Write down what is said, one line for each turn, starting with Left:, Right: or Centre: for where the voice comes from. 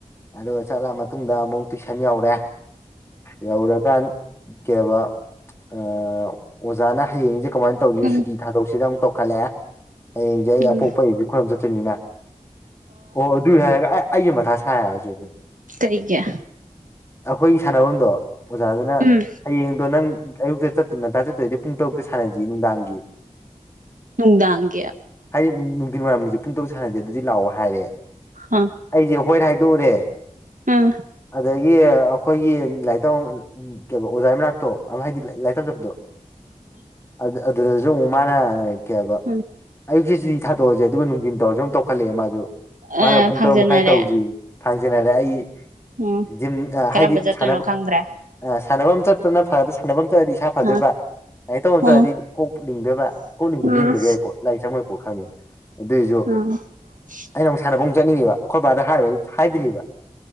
Left: ꯑꯗꯨꯒ ꯆꯠꯂ ꯃꯇꯨꯡꯗ ꯑꯃꯨꯛ ꯇꯨꯏꯁꯟ ꯌꯧꯔꯦ ꯌꯧꯔꯀꯥꯟ ꯀꯦꯑꯕ ꯑꯏ ꯑꯣꯖꯥꯅ ꯍꯌꯦꯡꯖ‌ꯦ ꯀꯃꯥꯏ ꯇꯧꯒꯦ
Right: ꯎꯝ
Left: ꯁꯨꯇꯤ ꯊꯥꯗꯣꯛꯁꯤꯔ ꯑꯃꯨꯛ ꯇꯧꯈꯠꯂꯑꯦ ꯍꯌꯦꯡꯖ‌ꯦ ꯑꯩ
Right: ꯎꯝ
Left: ꯑꯄꯣꯛꯄꯩꯁꯨ ꯈ‌ꯣꯏꯔꯝ ꯆꯠꯇ‌ꯣꯏꯅꯤꯅ ꯑꯣ ꯑꯗꯨꯏ ꯍꯥꯏꯔꯒ ꯑꯩ ꯑꯩꯒꯤ ꯃꯊꯥ ꯁꯥꯏꯌ‌ꯦ ꯖꯦꯕꯤꯔ
Right: ꯀꯩ ꯒꯤ
Left: ꯑꯈꯣꯏꯒꯤ ꯁꯥꯟꯅꯚꯝꯗꯣ ꯑꯣꯖꯥꯗꯨꯅ
Right: ꯎꯝ
Left: ꯍꯌꯦꯡꯗꯣ ꯅꯪ ꯑꯌꯨꯛꯇ ꯆꯠ ꯉꯟꯇꯥ ꯆꯠꯇꯣꯏꯗꯤ ꯄꯨꯡ ꯇꯔꯨꯛꯇ ꯁꯥꯟꯅꯖꯤ ꯅꯨꯡꯗꯥꯡꯒꯤ
Right: ꯅꯨꯡꯗꯥꯡꯒꯤ
Left: ꯍꯥꯏꯗꯤ ꯅꯨꯡ ꯅꯨꯡꯗꯤꯟ ꯋꯥꯏꯔꯝꯒꯤꯁꯦ ꯄꯨꯡ ꯇꯔꯨꯛ ꯁꯥꯟꯅꯖ‌ꯦ ꯑꯗꯨꯗꯤ ꯂꯥꯑꯣ ꯍꯥꯏꯔꯦ
Right: ꯎꯝ
Left: ꯑꯩꯖ‌ꯦ ꯍꯣꯏꯠ ꯍꯥꯏꯗ‌ꯣꯎꯔꯦ
Right: ꯎꯝ
Left: ꯑꯗꯒꯤ ꯑꯩꯈꯣꯏꯒꯤ ꯂꯥꯏꯔꯤꯛꯇꯝꯃꯛ ꯎꯝ ꯀꯩꯕ ꯑꯣꯖꯥꯏ ꯃꯅꯥꯛꯇꯣ ꯑꯃ ꯍꯥꯏꯗꯤ ꯂꯥꯏꯛ ꯂꯥꯏꯛꯇꯝ ꯆꯠꯄꯗꯣ ꯑꯗꯨ ꯑꯗꯨꯗꯁꯨ ꯑꯃꯨꯛ ꯃꯥꯅ ꯀꯩ ꯑꯕꯥ
Right: ꯎꯝ
Left: ꯑꯌꯨꯛꯁꯤ ꯁꯨꯇꯤ ꯊꯥꯗꯣꯛꯑꯁꯦ ꯑꯗꯨꯒ ꯅꯨꯡꯗꯤꯟ ꯇꯧꯔꯁꯤ ꯑꯃꯨꯛ ꯇꯧꯈꯠꯂꯑꯦ ꯃꯥꯁꯨ ꯃꯥꯅ
Right: ꯑ
Left: ꯄꯨꯡ
Right: ꯐꯥꯡꯖꯟꯅꯔꯦ
Left: ꯇꯔꯨꯛ ꯃꯈꯥꯏ ꯇꯧꯖ‌ꯦ ꯐꯥꯡꯖꯤꯟꯅꯔꯦ ꯑꯩ
Right: ꯎꯝ
Left: ꯖꯤꯝ
Right: ꯀꯔꯝꯕ
Left: ꯍꯥꯏꯗꯤ
Right: ꯆꯠꯇꯣꯏꯅꯣ
Left: ꯁꯥꯟꯅꯕꯝ
Right: ꯈꯪꯗ꯭ꯔꯦ
Left: ꯑ ꯁꯥꯟꯅꯕꯝ ꯆꯠ ꯗꯨꯅ ꯐꯔꯗ‌ꯣ ꯁꯥꯟꯅꯕꯝ ꯆꯠꯔꯗꯤ ꯏꯁꯥ ꯐꯗꯣꯏꯕꯥ
Right: ꯑ
Left: ꯂꯥꯏꯔꯤꯛ ꯇꯧꯕꯝ
Right: ꯑ
Left: ꯆꯠꯂꯗꯤ ꯀꯣꯛ ꯂꯤꯡꯗꫭꯏꯕ ꯀꯣꯛ ꯂꯤꯡꯕꯗꯤ
Right: ꯎꯝ
Left: ꯂꯤꯡꯗꯕ ꯌꯥꯏꯀꯣ ꯂꯥꯏꯔꯤꯛ ꯆꯪꯉꯣꯏꯀꯣ ꯈꯪꯉꯦ ꯑꯗꯨꯏꯖꯨ
Right: <unintelligible>
Left: ꯑꯩꯅ ꯑꯃꯨꯛ ꯁꯥꯟꯅꯕ ꯃꯨꯛ ꯆꯠꯅꯤꯡꯉꯤꯕ ꯑꯩꯈꯣꯏ ꯕꯥꯗ ꯍꯥꯏꯔꯨꯔ ꯍꯥꯏꯗ꯭ꯔꯤꯕ